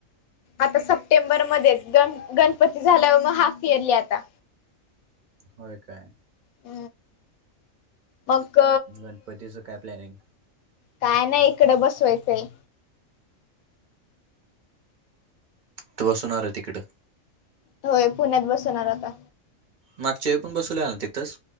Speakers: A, on the left; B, on the right.
A: आता सप्टेंबरमध्ये ग गणपती झाल्यावर मग हाफ इयरली आता.
B: होय काय?
A: ह मग
B: गणपतीचं काय प्लॅनिंग?
A: काय नाही इकडं बसवायचंय.
B: तू बसवणार आहे होय तिकडं?
A: होय पुण्यात बसवणार आता.
B: मागच्यावेळी पण बसवलेला ना तिथंच?